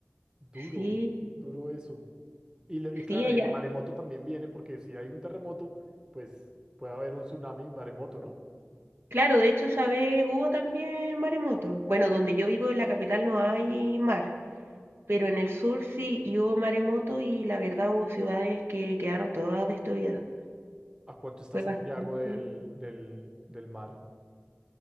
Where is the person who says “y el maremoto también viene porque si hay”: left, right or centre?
Right